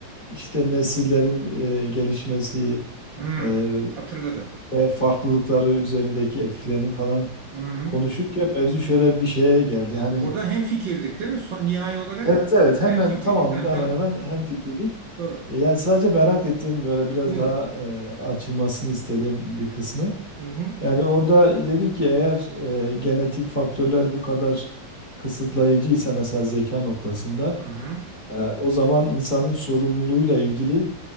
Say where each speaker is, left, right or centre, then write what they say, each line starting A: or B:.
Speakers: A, on the left; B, on the right.
A: işte nesillerin e, gelişmesi
B: Hı.
A: e,
B: Hatırladım.
A: ve farklılıkları üzerindeki etkilerini falan
B: Hı.
A: konuşurken mevzu şöyle bir şeye geldi. Hani
B: Orada hem fikirdik değil mi? Son nihai olarak
A: evet evet hemen
B: ben fikirdik.
A: tamamında
B: Ha tamam.
A: hemen hemen hemfikirdik.
B: Doğru.
A: E, Yani sadece merak ettiğim böyle biraz
B: Buyurun.
A: daha e, açılmasını istediğim bir kısmı.
B: Hı hı.
A: Yani orada dedi ki eğer e, genetik faktörler bu kadar kısıtlayıcı ise mesela zeka noktasında
B: Hı hı.
A: e, o zaman insanın sorumluluğuyla ilgili